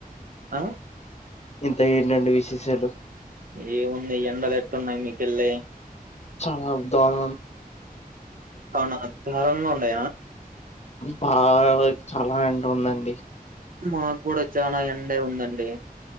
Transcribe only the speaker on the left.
ఇంత ఏంటండి విశేషాలు
చ దర
బాగా చాలా ఎంట ఉండండి